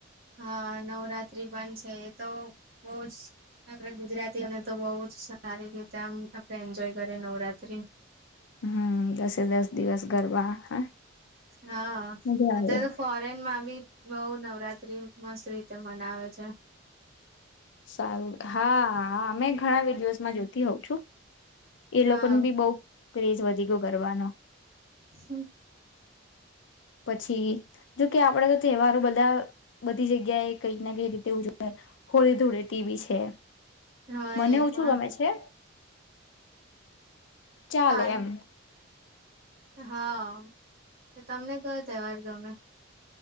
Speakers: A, on the right; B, on the left.
A: હા નવરાત્રી પણ છે તો બહજ. આપે ગુજરાતીઓ અને. તો બહુ જ સારી રીતે. એન્જોય કરીએ નવરાત્રી
B: હમ દસે દસ દિવસ ગરબા હા.
A: હા
B: મજા
A: અત્યારે
B: આવે.
A: તો ફોરેનમાં. ી બહ નવરાત્રી મસ્ત રીતે મનાવે છે.
B: સારું હા અમે ઘણા વિડીયોસમાં જોતી હોઉં છું. એ
A: હા
B: લોકોને ભી બઉ. ક્રેઝ વધી કરવાનો.
A: હમ.
B: પછી જોકે આપડે તો તહેવારો બધા બધી જગ્યાએ કઈક ના કઈ રીતે ઉજવાય હોળી ધૂળે ટીવીી છે.
A: હા
B: મને
A: એ
B: ઓું
A: પણ
B: શું ગમે છે. ચાલે
A: હા
B: એમ.
A: હા તમને કયો તહેવાર ગમે.